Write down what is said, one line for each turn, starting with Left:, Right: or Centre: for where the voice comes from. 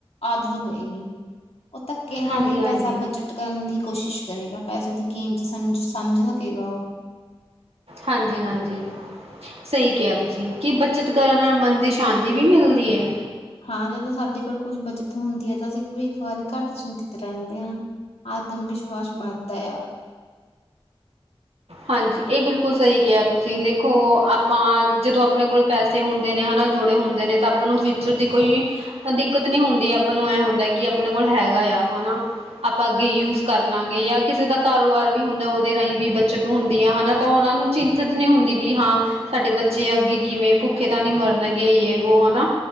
Left: ਆਦਤ ਹੋਏਗੀ। ਉਹ, ਧੱਕੇ ਨਾਲ
Right: ਹਾਂਜੀ
Left: ਹੀ ਪੈਸਾ
Right: ਹਾਂਜੀ।
Left: ਬਜਟ ਕਰਨ ਦੀ ਕੋਸ਼ਿਸ਼ ਕਰੇਗਾ ਪੈਸੇ ਦੀ ਕੀਮਤ ਸਮਝ, ਸਮਝ ਸਕੇਗਾ ਉਹ।
Right: ਹਾਂਜੀ-ਹਾਂਜੀ। ਸਹੀ ਕਿਹਾ ਤੁਸੀਂ ਕਿ, ਬੱਚਤ ਕਰਨ ਨਾਲ ਮਨ ਦੀ ਸ਼ਾਂਤੀ ਵੀ ਮਿਲਦੀ ਹੈ।
Left: ਹਾਂ, ਜਦੋਂ ਸਾਡੇ ਕੋਲ ਕੁੱਝ ਬੱਚਤ ਹੁੰਦੀ ਹੈ ਤਾਂ, ਅਸੀਂ ਭਵਿੱਖ ਵਾਰੀ ਘੱਟ ਚਿੰਤਤ ਰਹਿੰਦੇ ਹਾਂ। ਆਤਮਵਿਸ਼ਵਾਸ ਬੰਦਾ ਆ।
Right: ਹਾਂਜੀ, ਇਹ ਬਿਲਕੁਲ ਸਹੀ ਕਿਹਾ ਤੁਸੀਂ ਦੇਖੋ ਆਪਾਂ ਜਦੋਂ ਆਪਣੇ ਕੋਲ ਪੈਸੇ ਤੇ ਹੁੰਦੇ ਨੇ, ਹਨਾ ਜੋੜੇ ਹੁੰਦੇ ਨੇ ਤਾਂ, ਆਪਾਂ ਨੂੰ ਫਿਊਚਰ ਦੀ ਕੋਈ ਦਿੱਕਤ ਨੀ ਹੁੰਦੀ, ਆਪਾਂ ਨੂੰ ਐਂ ਹੁੰਦਾ ਕਿ ਆਪਣੇ ਕੋਲ ਹੈਗਾ ਯਾ, ਹਨਾ। ਆਪਾ ਅੱਗੇ ਯੂਜ ਕਰ ਲਾਂਗੇ, ਯਾ ਕਿਸੇ ਦਾ ਕਾਰੋਬਾਰ ਵੀ ਹੁੰਦਾ ਉਹਦੇ ਰਾਹੀਂ ਵੀ ਤ ਹੁੰਦੀ ਆ ਹਨਾ, ਤਾਂ ਉਹਨਾਂ ਨੂੰ, ਚਿੰਤਤ ਨਹੀਂ ਹੁੰਦੀ ਵੀ ਹਾਂ ਸਾਡੇ ਬੱਚੇ ਅੱਗੇ ਕਿਵੇਂ, ਭੁੱਖੇ ਤਾਂ ਨਹੀਂ ਮਰਨਗੇ, ਯ ਵੋ ਹਨਾ